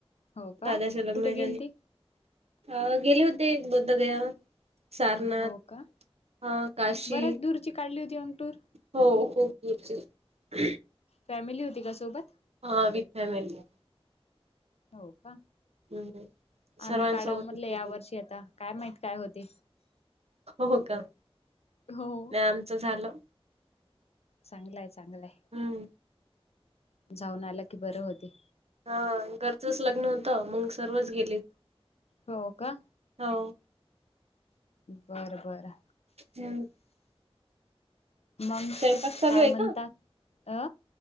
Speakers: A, on the left; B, on the right.
A: हो का
B: दादाच्या लग्नाच्या
A: कुठे गेलती
B: आधी गेले होते बौद्ध दे सारनाथ
A: हो का
B: हां काशी.
A: बऱ्याच दूरची काढली होती मग टूर.
B: हो खूप वर्ष झाले.
A: फॅमिली होती का सोबत?
B: हा विथ फॅमिली.
A: हो का
B: हं, सर्वांसोबतच
A: आम्ही काढव म्हणले
B: गेले
A: या वर्षी
B: होते.
A: आता काय माहित काय होतय.
B: हो हो का
A: हो
B: नाही आमच झाल.
A: चांगलय चांगलय.
B: हम्म
A: जाऊन आल की बर होते.
B: हा घरचच लग्न होत मग सर्वच गेले.
A: हो का
B: हो.
A: बर बर
B: हम्
A: मग
B: स्वयंपाक चालू
A: काय
B: आहे
A: म्हणतात
B: का
A: अ